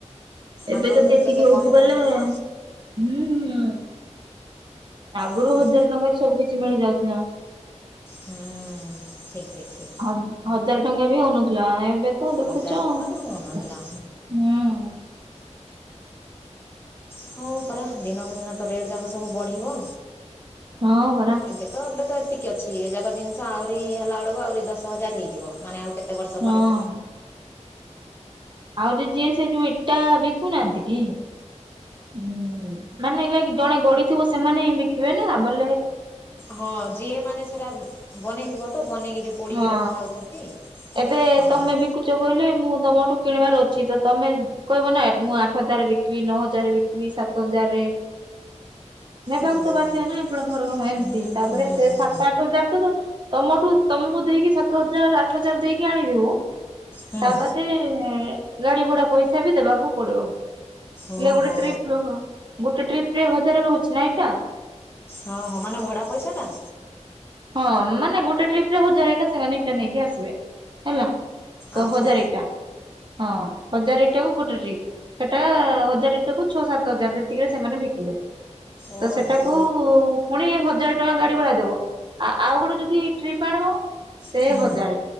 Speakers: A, on the right (about 40°); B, on the left (about 20°).
A: ଏବେ
B: ଆଗରୁ
A: ଯଦି
B: ସବୁ
A: ଏତିକି
B: କେତେ
A: ହଉଛି
B: କମ୍
A: ବଲେ
B: କମ୍
A: ହୁଁ
B: ଥିଲା
A: ହୁଁ ଆଗରୁ
B: ନାଇଁ
A: ହଜାର ଟଙ୍କାରେ ସବୁ କିଛି ମିଳି ଯାଉଥିଲା।
B: ହୁଁ ଠିକ ଠିକ ଠିକ
A: ହଜା ହଜାର ଟଙ୍କା ବି ହୋଇନଥିଲା ଏବେ ଦେଖୁଛ
B: ହଜାର
A: ଆଇ
B: ଟଙ୍କା ବି ହେଉନଥିଲା
A: ହୁଁ
B: ହଉ ପରା ଦିନକୁ ଦିନ ତ ରେଟ୍ ଯାକ ସବୁ ବଢ଼ିବ
A: ହଁ ବରା
B: ଏବେ ତ ଏବେ ତ ଏତିକି ଅଛି ଏଯାକ ଜିନିଷ ଆହୁରି ହେଲାବେଳକୁ ଆହୁରି ଦଶ ହଜାର ହେଇଯିବ ମାନେ ଆଉ କେତେ ବର୍ଷ
A: ହଁ
B: ପରେ
A: ଆହୁରି ଯିଏ ସେ ଯୋଉ ଇଟା ବିକୁନାହାନ୍ତି କି ହୁଁ ମାନେ ଜଣେ ଗଡିଥିବ ସେମାନେ ହିଁ ବିକିବେ ନା ବଲେ
B: ହଁ ଯିଏ ମାନେ ସେଟା ବନେଇଥିବ ତ ବନେଇକି ଯୋଉ ପୋଡିକି
A: ହଁ।
B: ରଖିଥାଉଛନ୍ତି
A: ଏବେ
B: ହଁ
A: ତମେ
B: ହଁ
A: ବି କୁଚ କହିଲେ ମୁଁ ତମଠୁ କିଣିବାର ଅଛି ତମେ କହିବ ନା ମୁଁ ଆଠ ହଜାର ବିକିବି ନଅ ହଜାର ବିକିବି ସାତ ହଜାର ରେ ନେବାକୁ
B: ଓହୋ
A: ତ ବାଧ୍ୟ ନାଁ ଏପଟେ ଘର କ ଏମିତି
B: ହୁଁ
A: ତାପରେ
B: ହୁଁ ହୁଁ
A: ସେ
B: ହୁଁ
A: ସାତ ଆଠ ହଜାର ତ ତ ତମଠୁ ତମକୁ ଦେଇକି ସାତ ହଜାର ଆଠ ହଜାର ଦେଇକି ଆଣିଦବ ମୁଁ
B: ହୁଁ
A: ତା
B: ହୁଁ
A: ବାଦ ଗାଡି ଭଡା ପଇସା ବି ଦେବାକୁ ପଡିବ ହେଲେ
B: ଓହୋ
A: ଗୋଟେ ଟ୍ରିପ ର ଗୋଟେ ଟ୍ରିପ ରେ ହଜାର ରହୁଛି ନା ଇଟା
B: ହଁ ହଁ ମାନେ ଭଡା ପଇସା ଟା
A: ହଁ ମାନେ ଗୋଟେ ଟ୍ରିପ ରେ ହଜାର ଏକା ସେମାନେ ଏଇଟା ନେଇକି ଆସିବେ ହେଲା ତ
B: ଆଚ୍ଛା
A: ହଜାର ଇଟା ହଁ ହଜାର ଇଟାକୁ ଗୋଟେ ଟ୍ରିପ୍ ସେଟା ହଜାର ଇଟାକୁ ଛଅ ସାତ ହଜାର ଯେତିକିରେ ସେମାନେ ବିକିଲେ
B: ଓହୋ
A: ତ ସେଟାକୁ ପୁଣି ହଜାର ଟଙ୍କା ଗାଡି ଭଡା ଦେବ ଆ ଆଉ ଗୋଟେ ଯଦି ଟ୍ରିପ ଆଣିବ ସେ
B: ହୁଁ
A: ହଜାରେ